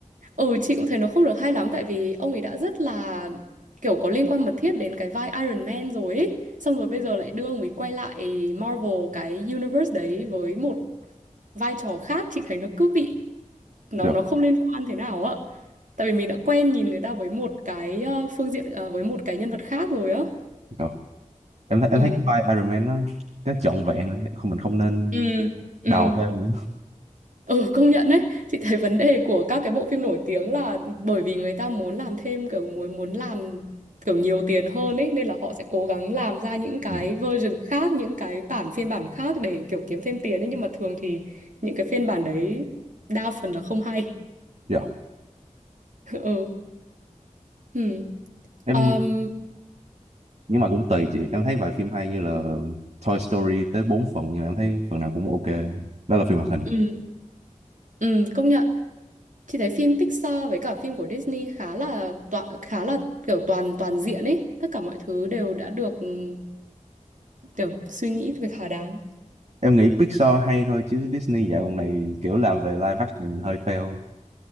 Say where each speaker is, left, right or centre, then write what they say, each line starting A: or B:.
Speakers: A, on the right; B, on the right.
A: Ừ chị cũng thấy nó không được hay lắm tại vì ông ấy đã rất là kiểu có liên quan mật thiết đến cái vai Iron Man rồi ấy. Xong rồi bây giờ lại đưa ông ấy quay lại Marvel cái universe đấy với một vai trò khác chị thấy nó cứ bị nó
B: được
A: nó không liên quan thế nào ạ. Tại vì mình đã quen nhìn người ta với một cái ờ, phương diện ờ, với một cái nhân vật khác rồi á.
B: được em thấy em
A: Ừ.
B: thấy cái vai Iron Man nó nó trọn vẹn rồi. không mình không nên
A: Ừ, ừ.
B: đào thêm nữa
A: Ừ công nhận đấy Chị thấy vấn đề của các cái bộ phim nổi tiếng là Bởi vì người ta muốn làm thêm kiểu muốn muốn làm kiểu nhiều tiền hơn ấy Nên là họ sẽ cố gắng làm ra những cái
B: được
A: version khác Những cái bản phiên bản khác để kiểu kiếm thêm tiền ấy Nhưng mà thường thì những cái phiên bản đấy Đa phần là không hay
B: được
A: <laughs> Ừ ừ.
B: em
A: Um,
B: nhưng mà cũng tùy chị em thấy vài phim hay như là Toy Story tới 4 phần nhưng mà em thấy phần nào cũng ok đó là phim hoạt hình
A: ừ. ừ công nhận Chị thấy phim Pixar với cả phim của Disney khá là tọa, khá là kiểu toàn toàn diện ấy Tất cả mọi thứ đều đã được ừ, kiểu suy nghĩ về thỏa đáng
B: em nghĩ Pixar hay thôi chứ Disney dạo gần này kiểu làm về live action hơi fail